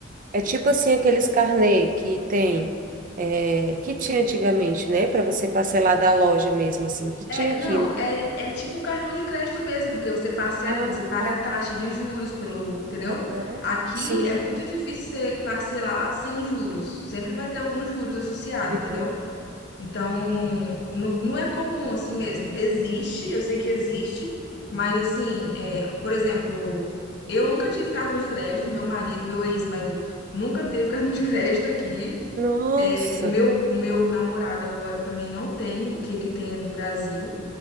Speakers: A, on the right; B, on the left.
A: É tipo assim aqueles carnê que tem, é, que tinha antigamente, né? Para você parcelar da loja mesmo, assim, que
B: É,
A: tinha
B: não,
A: aqui. né?
B: é, é tipo um cartão de crédito mesmo, porque você parcela
A: Ah,
B: e você paga
A: tá.
B: a taxa de juros pelo, entendeu?
A: Aham.
B: Aqui
A: Sim.
B: é muito difícil você parcelar sem juros. Sempre vai ter alguns juros associados,
A: Uhum.
B: entendeu? Então, não, não é comum assim mesmo. Existe, eu sei que existe, mas assim, é, por exemplo, eu nunca tive cartão de crédito, meu marido, meu ex-marido nunca teve <laughs> cartão de crédito aqui.
A: Nossa.
B: É, o meu, o meu namorado agora também não tem, o que ele tem é do Brasil.